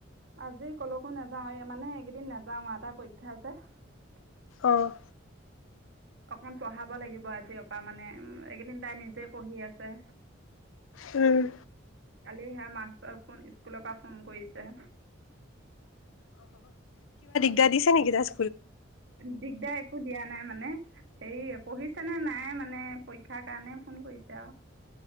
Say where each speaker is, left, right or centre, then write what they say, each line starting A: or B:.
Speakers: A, on the right; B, on the left.
A: আজি ক'লেকো নাযাও এই মানে এইকেইদিন নাযাও ইহঁতৰ পৰীক্ষা যে।
B: অহ',
A: অকন পঢ়াব লাগিব আজিৰ পৰা মানে এইকেইদিন তাই নিজে পঢ়ি আছে।
B: উম',
A: কালি হে মাষ্টৰ ফোন স্কুলৰ পৰা ফোন কৰিছে।
B: তে দিছে নেকি দাস।
A: দিগদাৰ একো দিয়া নাই মানে। এই পঢ়িছে নে নাই মানে পৰীক্ষাৰ কাৰণে ফোন কৰিছে আৰু।